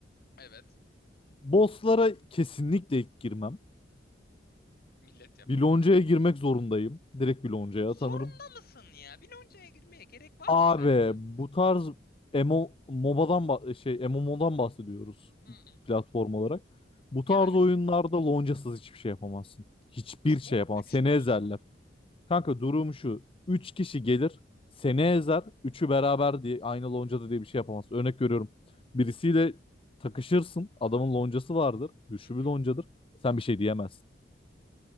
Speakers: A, on the left; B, on the left.
A: Evet.
B: Bosslara kesinlikle ilk girmem.
A: Millet yapar.
B: Bir loncaya girmek zorundayım. Direkt bir loncaya
A: Zorunda
B: atanırım.
A: mısın ya? Biloncaya girmeye gerek var
B: Abi
A: mı sence?
B: bu tarz MMO, MOBA'dan ba- şey MMO'dan bahsediyoruz
A: Hı hı.
B: platform olarak. Bu
A: Yani.
B: tarz oyunlarda loncasız hiçbir şey yapamazsın. Hiçbir
A: Çok
B: şey yapamazsın.
A: güçlü
B: Seni
A: olsam.
B: ezerler. Kanka durum şu. üç kişi gelir seni ezer. Üçü beraber diye aynı loncada diye bir şey yapamazsın. Örnek veriyorum. Birisiyle takışırsın. Adamın loncası vardır. Güçlü
A: Hı hı,
B: bir loncadır. Sen bir şey diyemezsin.